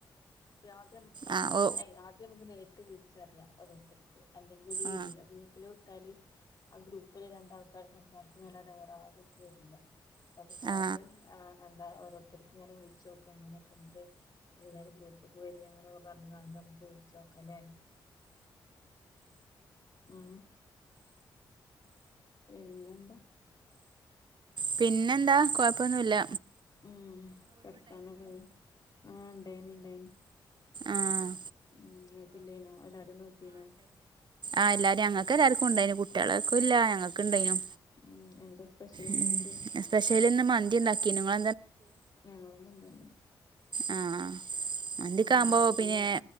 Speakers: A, on the left; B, on the right.
A: ആദ്യമ്മക്ക് പേഴ്സണലായി
B: ആ ഓ
A: ആദ്യ നമ്മക്ക് നേരിട്ട് വിളിച്ചറിയാം ഓരോരുത്തർക്ക് അല്ലെങ്കിൽ ഓല് വരൂല്ല
B: ആ
A: ഗ്രൂപ്പില വിട്ടാല് ആ ഗ്രൂപ്പില രണ്ടാൾക്ക് സംസാരിക്കുന്നല്ലാതെ വേറാരു വരൂല അപ്പ നമ്മുക്ക്
B: ആ
A: ആദ്യം എന്താ ഓരോരുത്തർക്കും ഇങ്ങനെ വിളിച്ച് നോക്ക ഇങ്ങനെയൊക്കെ ഉണ്ട് എല്ലാ രും ഗ്രൂപ്പ് വരി അങ്ങനൊക്കെ പറഞ്ഞ് കാണ്ട് നമ്മക്ക് വിളിച്ചോക്കല്ലേ? മ് പിന്നെന്താ
B: പിന്നെന്താ കൊഴപ്പൊന്നുല്ല.
A: ഉം കെടക്കാനൊക്ക ആയോ ആ ഇണ്ടായിന ഇണ്ടായിന്
B: ആഹ്
A: ഉം ങ്ങക്കില്ലേനോ എല്ലാരും നോറ്റീനോ
B: ആഹ്ല്ലാരും ഞങ്ങക്കല്ലാർക്കും ഉണ്ടായിനും കുട്ടികളക്കും ഇല്ല ഞങ്ങക്കക്ക് ഇണ്ടായിനു
A: ഉം എന്താ സ്പെഷ്യൽ ഇണ്ടാക്കിയെ
B: ഉ സസ്പെഷ്യല ഇന്ന് മന്തിണ്ടാക്കിനു നിങ്ങള
A: ഞങ്ങളും മന്ത്യന്നെ
B: ആ മന്തിക്കാവുമ്പോ
A: എണ്ണക്കടികൾ
B: പിന്നെ